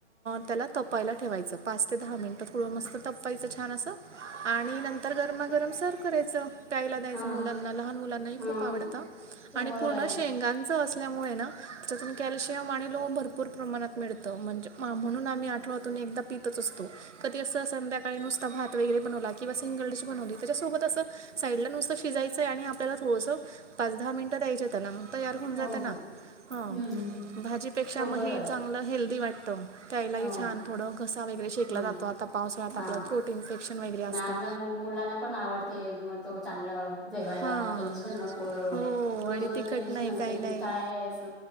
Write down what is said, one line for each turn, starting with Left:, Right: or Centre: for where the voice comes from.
Right: त्याला तपायला ठेवायचं, पाच ते दहा मिनिटं थोडं मस्त तपवायचं छान असं. आणि नंतर गरमागरम सर्व्ह करायचं. प्यायला द्यायचं
Centre: हा
Right: मुलांना लहान मुलांनाही
Centre: हा
Right: खूप आवडतं,
Centre: तो
Right: आणि
Centre: बरा
Right: पूर्ण
Centre: आहे
Right: शेंगांचं असल्यामुळे ना. त्यातून कॅल्शियम आणि लोह भरपूर प्रमाणात मिळतं म्हणजे, मा म्हणून आम्ही आठव्यातून एकदा पितच असतो. कधी असं संध्याकाळी नुसता भात वगैरे बनवला, किंवा सिंगल डिश बनवली त्याच्यासोबत असं. साईडला नुसत शिजायचंय आणि आपल्याला थोडस पाच दहा मिनिटं द्यायच. त्याला मग तयार होऊन
Centre: हो
Right: जातं
Centre: हो
Right: ना, हं..
Centre: हम्म हम्म हम्म.
Right: भाजीपेक्षा
Centre: तो
Right: महे.
Centre: बरा आहे
Right: मला हेल्दी वाटतो. प्यायला हि
Centre: हो
Right: छान थोडा घसा वगैरे शेकला
Centre: हम्म
Right: जातो आता पावसाळ्यात
Centre: हा
Right: आपल्याला फ्रुट इन्फेक्शन वगैरे
Centre: ना
Right: असतं.
Centre: आपल्या मु मुलांना पण आवडते, म तो चांगला जेवायला
Right: हां
Centre: टेन्शन नको.
Right: हो
Centre: रोज
Right: आणि
Centre: रोज
Right: तिखट
Centre: टेन्शन
Right: नाही
Centre: असते,
Right: काही
Centre: की
Right: नाही
Centre: काय अस